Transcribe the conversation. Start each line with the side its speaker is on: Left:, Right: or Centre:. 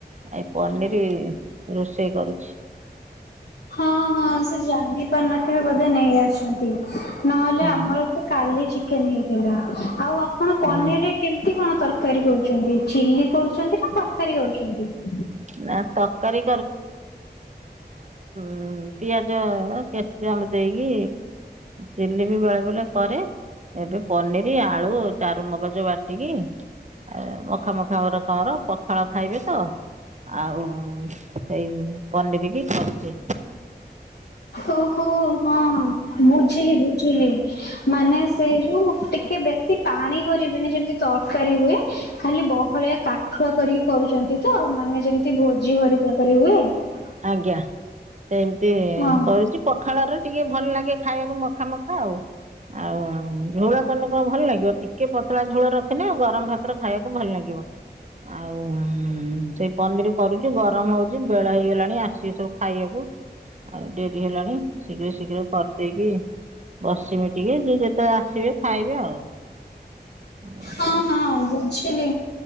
Right: ଆଇ ପନିର ରୋଷେଇ କରୁଛି ।
Left: ହଁ, ହଁ ସେ ଜାଣି ପାରିନଥିବେ ବୋ ନେଇ ଆସଛନ୍ତି । ନହେଲେ,
Right: ହଁ
Left: ଆମର ତ କାଲି ଚିକେନ ହେଇଥିଲା । ଆଉ ଆ କଣ ପନିର
Right: ହଁ
Left: ରେ, କେମିତି କଣ ତରକାରୀ କରୁଛନ୍ତି, ଚିଲି କରୁଛନ୍ତି, ନା ତରକାରୀ କରୁଛନ୍ତି ।
Right: ନା ତରକାରୀ ହୁଁ, ପିଆ ଜ କେଶିଅମ୍ ଦେଇକି ଚିଲ୍ଲି ବି ବେଳେ ବେଳେ କରେ, ଏବେ ପନିର, ଆଳୁ, ଚାରୁମଗଜ ବାଟିକି ଆ ମଖ ମଖା ମର କର ପଖାଳ ଖାଇବେ, ତ। ଆଉ ସେଇ ପନିରିକି କରୁଚି।
Left: ଓହୋ, ହଁ, ବୁଝିଲି, ବୁଝିଲି। ମାନେ ସେଇ, ଯୋଉ ଟିକେ ବେଶି ପାଣି କରିବେନି, ଯେମିତି ତରକାରୀ ହୁଏ, ଖାଲି ବହଳିଆ କାଠୁଆ କରିକି କରୁଛନ୍ତି, ତ ମାନେ ଯେମତି ଭୋଜି ହୋରିକା କରି ହୁଏ ।
Right: ଆଜ୍ଞା। ସେମିତି
Left: ହଁ
Right: କରୁଛି, ପଖାଳ ରେ ଟିକେ ଭଲ ଲାଗେ । ଖାଇବାକୁ ମଖା, ମଖା ଆଉ, ଆଉ ଝୋଳ କଲେ କଣ ଭଲ ଲାଗିବ, ଟିକେ ପତଳା ଝୋଳ ରଖିନେ, ଗରମ ଭାତରେ ଖାଇବାକୁ ଭଲ ନାଗିବ, ଆଉ ସେଇ ପନିର କରୁଛି, ଗରମ ହଉଛି, ବେଳ ହେଇଗଲା ପୁଣି ଆସିବେ, ସବୁ ଖାଇବାକୁ ଆଉ ଡେରି ହେଲାଣି, ଶୀଘ୍ର, ଶୀଘ୍ର କରିଦେଇକି ବସିମି ଟିକେ, ଯିଏ ଯେତେବେଳେ ଆସିବେ ଖାଇବେ ଆଉ । <inaudible>
Left: ହଁ, ବୁଝିଲି